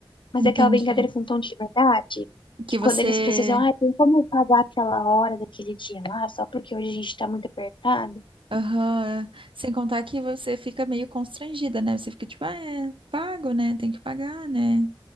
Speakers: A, on the left; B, on the right.
A: Mas
B: Entendi.
A: é aquela brincadeira com tom de verdade,
B: Que
A: que
B: você.
A: quando eles precisam, ah, tem como eu pagar aquela hora daquele dia lá, só porque hoje a gente tá muito apertado?
B: Aham. Sem contar que você fica meio constrangida, né? Você fica tipo, ah, é pago, né? Tem que pagar, né?